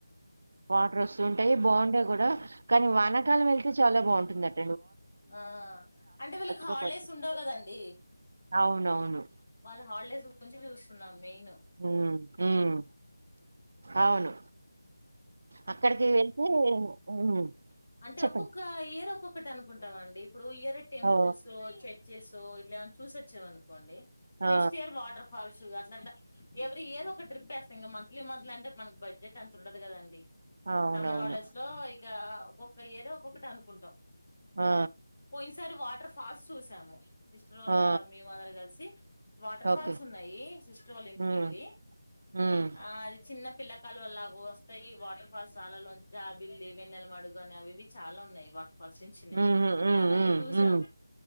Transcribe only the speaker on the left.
ఆ అంటే వీళ్ళకి హాలిడేస్
ఉండవు కదండీ
వాళ్ళ హాలిడేస్ గురించి చూస్తున్నాం మెయిను
అంటే
ఒక్కొక్క ఇయర్ ఒక్కొ ఇప్పటి అనుకుంటాం అండి ఇప్పుడు ఇయర్ టెంపుల్స్
చ చేసో ఇట్లా ఏమన్నా చూసి వొచ్చావ అనుకోండి
next year waterfalls at every year ఒక ట్రిప్ వేస్తాంక మంత్లీ మంత్లీ అంటే మనకు బడ్జెట్ ఎంత ఉండదు కదండి
సమ్మర్ హాలిడేస్ లో ఇగా ఒక్క ఇయర్ ఒక్కొటి అనుకుంటాం
పోయినసారి వాటర్ ఫాల్స్ చూసాము సిస్టర్ వాళ్ళ
మేము అందరం కలిసి వాటర్
ఫాల్స్ ఉన్నాయి సిస్టర్ వాళ్ళ ఇంటిక
వెళ్ళి
ఆ అది చిన్న పిల్ల కాలు వల్లా పో ాయి వాటర్ ఫాల్స్ చాలలో బిల్లి వెన్నెల మడుగుగాని అవి ఇవి చాలా ఉన్నాయి వా వసించినాయి
అవన్నీ
చూసాం